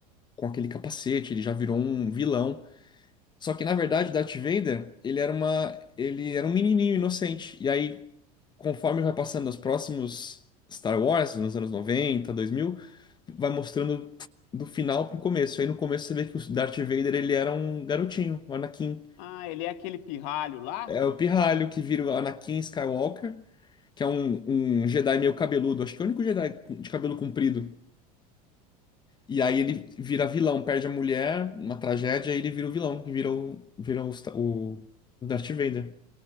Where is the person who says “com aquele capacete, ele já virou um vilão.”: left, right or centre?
Left